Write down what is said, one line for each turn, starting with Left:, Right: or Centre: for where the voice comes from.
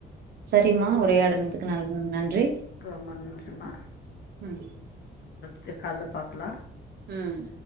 Right: சரி சரியுமா உரையாடனதுக்கு நல் நன்றி
Left: ரொம்ப நன்றிமா
Right: ம்
Left: சேரி கால்ல பாக்கலாம்
Right: ம்